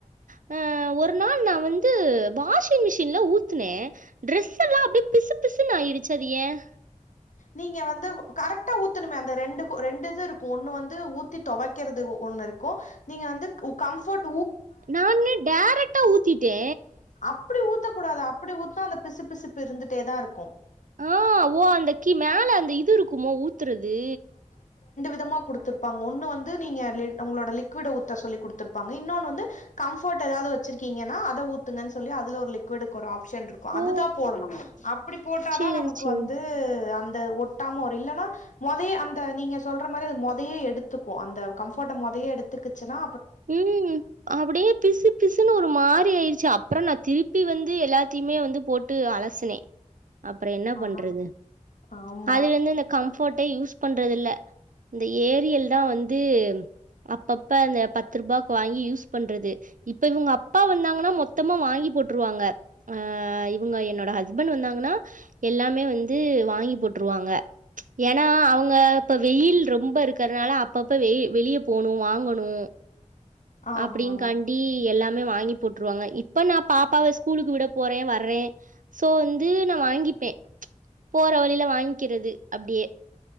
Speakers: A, on the right; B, on the left.
A: ஒரு ஒரு நாள் நா வந்து வாஷிங் மிஷின்ல ஊத்தனேன் ட்ரெஸ் எல்லா அப்படியே பிசுபிசுன்னு ஆயிடுச்சு அது ஏன்
B: நீங்க வந்து கரெக்டா ஊத்தணுமே அந்த ரெண்டு ரெண்டு இது இருக்கு ஒன்னு வந்து ஊத்தி தொவைக்கறது ஒண்ணு இருக்கும் நீங்க வந்து கம்பர்ட்
A: நாங்களே டேரக்டா ஊத்திட்டே
B: அப்டி ஊத்த கூடாது அப்டி ஊத்னா அந்த பிசு பிசுப்பு இருந்துட்டே தா இருக்கும்
A: ஆஹ் ஓ அந்த கி மேல அந்த இது து இருக்குமோ ஊ த்துறது
B: சும்மா கொடுத்துருப்பாங்க ஒன்னு வந்து நீங்க லி ஒங்களோட லிக்விட ஊத்த சொல்லி கொடுத்துருப்பாங்க இன்னோன்னு வந்து கம்ஃபோர்ட்டு எதாது வெச்சிருக்கீங்கன்னா அத ஊத்துங்கன் சொல்லி அதுல லிக்விடுக்கு ஒரு ஆப் ஷன்ருக்கோ அதுதா
A: ஓ!
B: போடணு அப்டி போட்ட
A: சரி,
B: தா நமக்கு
A: சரி.
B: வந்து அந் து ஒட்டாம வரு இல்லன்னா மொதையே அந்த நீங்க சொல்ற மாரி அது மொதையே எடுத்துக்கோ அந்த கம்ஃபோர்ட்ட மொதையே எடுத்துக்குச்சின்னா
A: ம் அப்படியே பிசு பிசுன்னு ஒரு மாரி ஆயிடிச் சா அப்புறோ நா திருப்பி வந்து எல்லாத்தையுமே வந்து போட்டு அலசுனே அப்புற என்ன
B: ஆ
A: பண்றது
B: ஆமா
A: அதுல வந்து இந்த கம்ஃபர்ட் ட யூஸ் பண்றதில்ல இந்த ஏரியல் தா வந்து அப்பப்ப அந்த பத் த்ருபாக்கு வாங்கி யூஸ் பண்றது இப்ப இவங்க அப்பா வந்தாங்கன்னா மொத்தமா வாங்கி போட்டுருவாங்க அஹ் இவங்க என்னோட ஹஸ்பண்ட் வந்தாங்கன்னா எல்லாமே வந்து வாங்கி போட்டுருவாங்க ஏன்னா அவுங்க இப்ப வெயில் ரொம்ப இருக்குறதுனால அப்பப்ப வெ வெளியே போணு வாங்கணு
B: ஆமா
A: அப்டிங்காண்டி எல்லாம் மே வாங்கி போட்டுருவாங்க இப்ப நா பாப்பாவ ஸ்கூலுக்கு விட போறே வர்றே சோ வந்து நா வாங்கிப்பே போற வழில வாங்க்கிறது அப்டியே